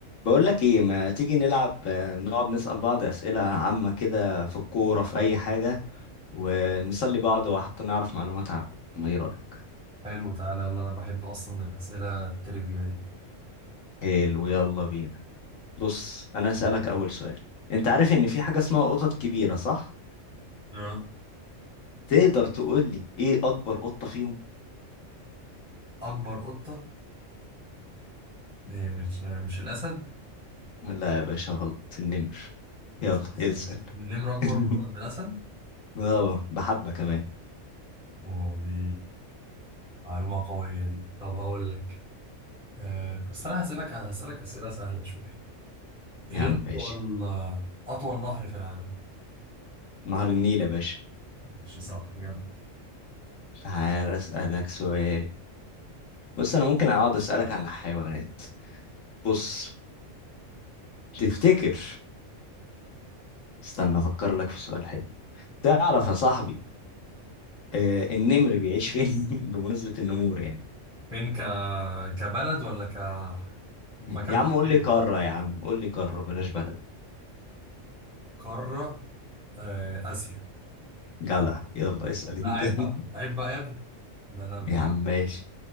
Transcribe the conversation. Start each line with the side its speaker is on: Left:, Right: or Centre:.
Left: بقول لك ايه ما تيجي نلعب آه، نقعد نسأل بعض أسئلة عامة كده في الكورة في أي حاجة ونسلي بعض وحتى نعرف معلومات عامة ايه رأيك؟
Centre: حلو تعالى يلا انا بحب اصلا الاسئله التريفيا دي
Left: حلو يلا بينا بص أنا هسألك أول سؤال أنت عارف إن في حاجة اسمها قطط كبيرة صح؟
Centre: اه
Left: تقدر تقول لي ايه أكبر قطة فيهم؟
Centre: اكبر قطه إيه مش مش الاسد
Left: لا يا باشا غلط النمر
Centre: بتهزر
Left: يلا اسأل
Centre: النمر اكبر
Left: <laughs>
Centre: من الاسد
Left: اه بحبة كمان
Centre: واو دي معلومه قويه دي طب هقول لك أه بس انا هسالك هسالك اسئله سهله شويه
Left: يا
Centre: ايه
Left: عم
Centre: اطول
Left: ماشي
Centre: اطول نهر في العالم
Left: نهر النيل يا باشا
Centre: مش صح جدع
Left: تعال أسألك سؤال بص أنا ممكن أقعد أسألك عن الحيوانات بص تفتكر استنى افكر لك في سؤال حلو تعرف يا صاحبي آه النمر بيعيش فين <laughs> بمناسبة النمور يعني
Centre: فين ك كبلد ولا ك مكان
Left: يا عم
Centre: طبيعي
Left: قول لي قارة يا عم قول لي قارة بلاش بلد
Centre: قاره أه اسيا
Left: جدع يلا اسأل
Centre: لا
Left: انت
Centre: عيب
Left: <laughs>
Centre: بقى عيب بقى يا ابني ده انا
Left: يا عم ماشي